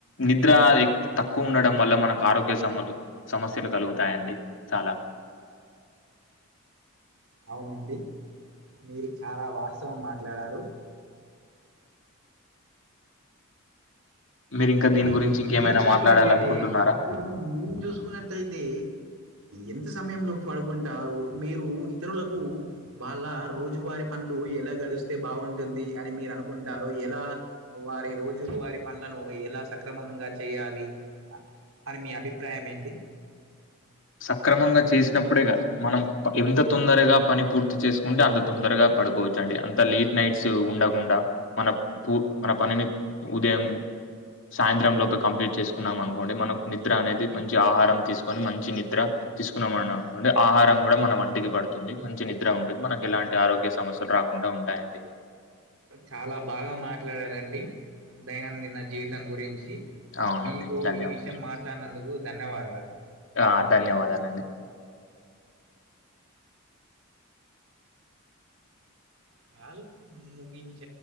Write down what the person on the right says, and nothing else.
అవునండి మీరు చాలా వాస్తవం మాట్లాడారు.
ఇప్పుడు
మీరు చూసుకున్నట్టయితే
ఇప్పుడు మీరు చూసుకున్నట్టయితే. ఎంత సమయంలో పడుకుంటారూ మీరు ఇతరులకు. వాళ్ళ రోజువారి పనులు ఎలా గడిస్తే బాగుంటుంది అని మీరు అనుకుంటారు ఎలా. వారి రోజు వారి ప. లను ఎలా సక్రమంగా చేయాలి అని మీ అభిప్రాయం ఏంటి.
చాలా బాగా మాట్లాడారండి దైనందిన జీవితం గురించి.
మీకు
ఈ విషయం మాట్లాడినందుకు ధన్యవాదాలు.
కాల్ ముగించ.